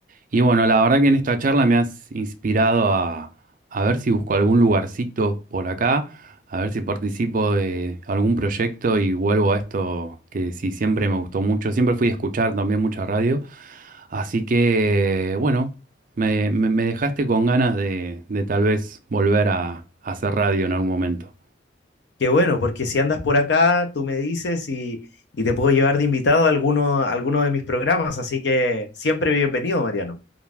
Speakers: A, on the right (about 45°); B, on the left (about 60°).
A: Y bueno, la verdad que en esta charla me has inspirado a, a ver si busco algún lugarcito por acá, a ver si participo de algún proyecto y vuelvo a esto que sí siempre me gustó mucho. Siempre fui a escuchar también mucha radio. Así que bueno. Me, me- me dejaste con ganas de, de tal vez volver a, a hacer radio en algún momento.
B: Qué bueno, porque si andas por acá, tú me dices y, y te puedo llevar de invitado a alguno, a alguno de mis programas, así que siempre bienvenido, Mariano.